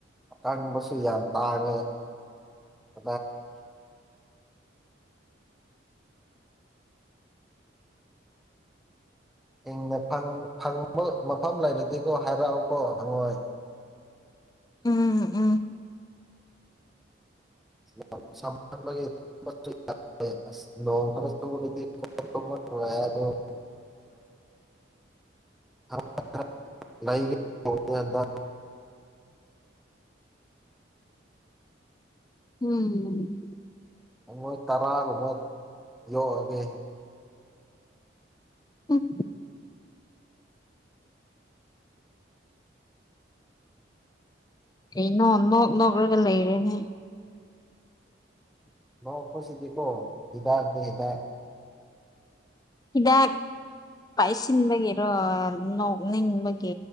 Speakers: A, in the centre; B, on the left.
A: ꯀꯟꯕꯁꯨ ꯌꯥꯝ ꯇꯥꯉ ꯑ ꯪ ꯐꯪꯕ ꯃꯐꯝ ꯂꯩꯔꯗꯤꯦꯀꯣ ꯍꯥꯏꯔꯛꯎꯀꯣ ꯍꯪꯉꯣꯏ
B: ꯎꯝꯝ ꯎꯝ
A: ꯁꯃ ꯅꯣꯡꯈ꯭ꯔ ꯆ ꯀ <unintelligible>
B: ꯎꯝ
A: ꯣꯏ ꯇꯔꯥꯒ ꯃ ꯌꯣꯑꯒꯦ
B: ꯎꯝ ꯀꯩꯅꯣ ꯅꯣꯛ ꯅꯣꯛꯂꯒ ꯂꯩꯔꯦꯅꯦ
A: ꯂ ꯈꯨꯁꯤꯗꯤꯀꯣ ꯍꯗꯥꯖꯅꯤꯗ
B: ꯍꯤꯗꯥꯛ ꯄꯥꯏꯁꯤꯟꯕꯒꯤꯔꯣ ꯅꯣꯛꯅꯤꯡꯕꯒꯤ